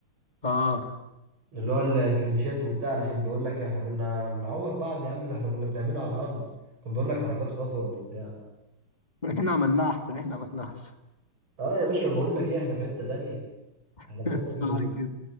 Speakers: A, on the left; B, on the right.
A: اه
B: اللي هو ال- الفينيشات وبتاع علشان بيقول لك احنا كنا بنعور بعض يا عم ده احنا كنا بنعملها على الارض كان بيقول لك حركات خطر وبتاع
A: احنا عملناها احسن احنا عملناها احسن
B: اه يا باشا بقول لك ايه احنا في حتة تانية
A: <laughs>
B: احنا فوق
A: صح
B: من
A: كده